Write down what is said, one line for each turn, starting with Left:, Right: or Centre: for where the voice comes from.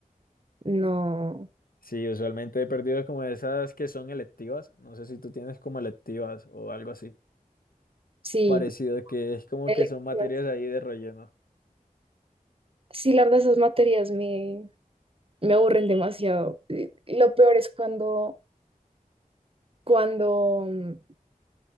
Right: No,
Left: Sí, usualmente he perdido como esas que son electivas. No sé si tú tienes como electivas o algo así.
Right: sí,
Left: parecido, que es como
Right: Electivas.
Left: que son materias ahí de relleno.
Right: Sí, la verdad, esas materias me, me aburren demasiado. Y Lo peor es cuando, cuando mm,